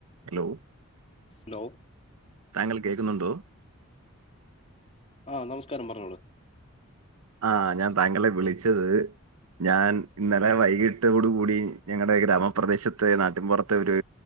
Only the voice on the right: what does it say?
ഹലോ
താങ്കൾ കേക്കുന്നുണ്ടൊ?
ആഹ് ഞാൻ താങ്കളെ വിളിച്ചത്. ഞാൻ ഇന്നലെ വൈകിട്ടോടു കൂടി ഞങ്ങടെ ഗ്രാമപ്രദേശത്തെ നാട്ടിൻപൊറത്ത ഒര്,